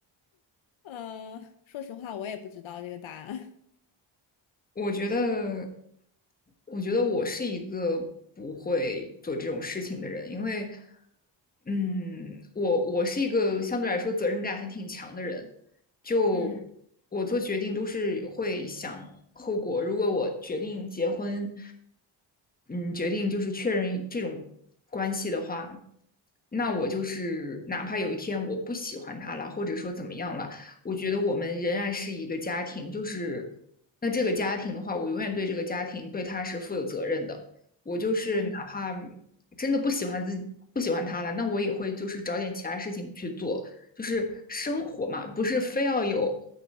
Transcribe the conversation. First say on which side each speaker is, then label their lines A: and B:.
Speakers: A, on the left; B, on the left.
A: 呃，说实话，我也不知道这个答案。<laughs>
B: 我觉得，我觉得我是一个不会做这种事情的人，因为，嗯，我我是一个相对来说责任感还挺强的人，就我做决定都是会想后果。
A: 嗯
B: 如果我决定结婚，嗯，决定就是确认这种关系的话，那我就是哪怕有一天我不喜欢他了，或者说怎么样了。我觉得我们仍然是一个家庭，就是那这个家庭的话，我永远对这个家庭对他是负有责任的。我就是哪怕
A: 嗯
B: 真的不喜欢自己不喜欢他了，那我也会就是找点其他事情去做，就是生活嘛，不是非要有